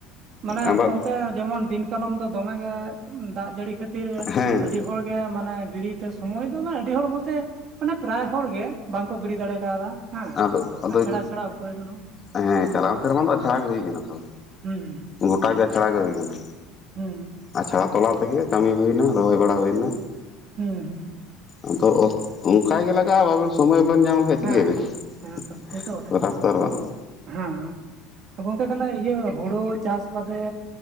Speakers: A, on the right; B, on the left.
A: ᱢᱟᱱᱮ
B: ᱟᱵᱟᱨ
A: ᱜᱚᱝᱠᱮ ᱡᱮᱢᱚᱱ ᱫᱤᱱ ᱠᱟᱞᱚᱢ ᱫᱚ ᱫᱚᱢᱮ ᱜᱮ ᱫᱟᱜ ᱡᱟᱹᱲᱤ ᱠᱷᱟᱹᱛᱤᱨ
B: ᱦᱮᱸ
A: <unintelligible> ᱟᱹᱰᱤ ᱦᱚᱲ ᱜᱮ ᱢᱟᱱᱮ ᱜᱤᱲᱤ ᱛᱮ ᱥᱚᱢᱚᱭ ᱫᱚ ᱵᱟᱸᱻᱟ ᱢᱟᱱᱮ ᱟᱹᱰᱤ ᱦᱚᱲ ᱵᱚᱞᱛᱮ ᱢᱟᱱᱮ ᱯᱟᱨᱟᱭ ᱦᱚᱲ ᱜᱮ ᱵᱟᱝ ᱠᱚ ᱜᱤᱲᱤ ᱫᱟᱲᱮ ᱠᱟᱣᱫᱟ ᱦᱮᱸ
B: ᱟᱫᱚ ᱟᱫᱚ
A: ᱟᱪᱷᱟᱲᱟ ᱪᱷᱟᱲᱟ ᱩᱯᱟᱹᱭ ᱵᱟᱹᱱᱩᱜᱼᱟ᱾
B: ᱦᱮᱸ ᱪᱟᱞᱟᱣ ᱥᱮᱨᱢᱟ ᱫᱚ ᱟᱪᱷᱟᱲᱟ ᱜᱮ ᱦᱩᱭ ᱠᱟᱱᱟ ᱛᱚ
A: ᱦᱩᱸ
B: ᱜᱚᱴᱟ ᱜᱮ ᱟᱪᱷᱟᱲᱟ ᱜᱮ ᱦᱩᱭ ᱠᱟᱱᱟ᱾
A: ᱦᱩ
B: ᱟᱪᱷᱟᱲᱟ ᱛᱚᱞᱟ ᱛᱮ ᱜᱮ ᱠᱟᱹᱢᱤ ᱦᱩᱭ-ᱱᱟ ᱨᱚᱦᱚᱭ ᱵᱟᱲᱟ ᱦᱩᱭ-ᱱᱟ᱾
A: ᱦᱩᱸ ᱦᱩᱸ
B: ᱟᱫᱚ ᱚᱱᱠᱟ ᱜᱮ ᱞᱟᱜᱟᱜᱼᱟ ᱡᱮᱢᱚᱱ ᱥᱳᱢᱚᱭ ᱵᱮᱱ ᱧᱟᱢ ᱞᱮᱠᱷᱟᱱ
A: ᱦᱮᱸ ᱦᱮᱸ
B: <unintelligible>
A: ᱦᱮᱸ ᱛᱚ ᱥᱮᱛᱚ ᱵᱚᱴᱷᱮ
B: ᱠᱚᱨᱟᱨ ᱛᱚ ᱟᱨ ᱵᱟᱱᱩᱜ-ᱟ᱾
A: ᱦᱮᱸ ᱜᱚᱝᱠᱮ ᱛᱟᱦᱞᱮ ᱤᱭᱟᱹ ᱦᱳᱲᱳ ᱪᱟᱹᱥ ᱵᱟ ᱫᱮ